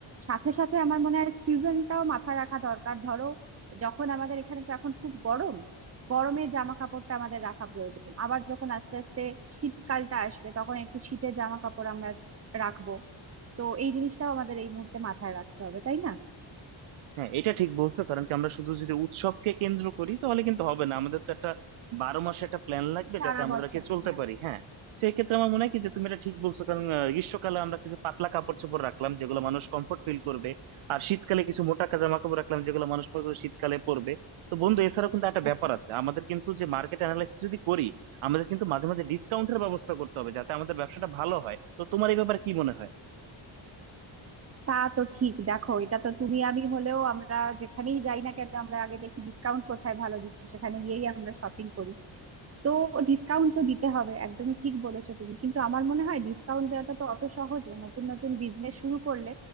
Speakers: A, on the right; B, on the right.
A: সাথে সাথে আমার মনে হয় সিজনটাও মাথায় রাখা দরকার ধরো যখন আমাদের এখানে তো এখন খুব গরম গরমের জামা কাপড়টা আমাদের রাখা প্রয়োজন আবার যখন আস্তে আস্তে শীতকালটা আসবে তখন একটু শীতের জামা কাপড় আমরা রাখবো তো এই জিনিসটাও আমাদের এই মুহূর্তে মাথায় রাখতে হবে তাই না
B: হ্যাঁ এটা ঠিক বলছো কারণ কি আমরা শুধু যদি উৎসবকে কেন্দ্র করি তাহলে কিন্তু হবে না আমাদের তো একটা বারো মাসে একটা প্ল্যান লাগবে
A: সারা
B: যাতে আমাদেরকে
A: বছর
B: চলতে
A: হ্যাঁ
B: পারি হ্যাঁ সেই ক্ষেত্রে আমার মনে হয় কি যে তুমি এটা ঠিক বলছো কারণ আহ, গ্রীষ্মকালে আমরা কিছু পাতলা কাপড় চোপড় রাখলাম যেগুলো মানুষ কমফোর্ট ফিল করবে আর শীতকালে কিছু মোটা জামা কাপড় রাখলাম যেগুলো মানুষ পরে করে শীতকালে পরবে তো বন্ধু এছাড়াও কিন্তু একটা ব্যাপার
A: একদম
B: আছে আমাদের কিন্তু যে মার্কেট অ্যানালাইসিস যদি করি আমাদের কিন্তু মাঝে মাঝে ডিসকাউন্টের ব্যবস্থা করতে হবে যাতে আমাদের ব্যবসাটা ভালো হয় তো তোমার এই ব্যাপারে কি মনে হয়
A: তা তো ঠিক দেখো এটা তো তুমি আমি হলেও আমরা যেখানেই যাই না কেন আমরা আগে দেখি ডিসকাউন্ট কোথায় ভালো দিচ্ছে সেখানে গিয়েই আমরা শপিং করি তো ডিসকাউন্ট তো দিতে হবে একদমই ঠিক বলেছো তুমি কিন্তু আমার মনে হয় ডিসকাউন্ট দেওয়াটা তো অত সহজ না নতুন নতুন বিজনেস শুরু করলে